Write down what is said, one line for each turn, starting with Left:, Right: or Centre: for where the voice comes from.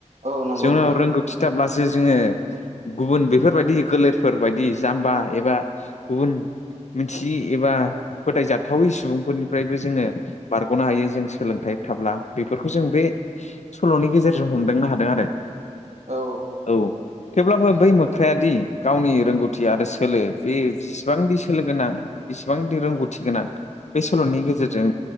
Right: औ नंगौ
Left: जोंनाव
Right: नोंथां
Left: रोंगौथि। थाबब्लासो जोङो। गुबुन बेफोरबायदि गोलोरफोर बायदि जाम्बा एबा गुबुन मिथियि एबा फोथायजाथावै सुबुंफोरनिफ्रायबो जोङो बारग'नो हायो जों सोलोंथाइ थाब्ला बेफोरखौ जों बे सल'नि गेजेरजों हमदांनो हादों आरो।
Right: औ
Left: औ थेवब्लाबो बै मोख्रायादि गावनि रोंगौथि आरो सोलो बे जसेबांदि सोलो गोनां बेसिबांदि रोंगौथि गोनां। बे सल'नि गेजेरजों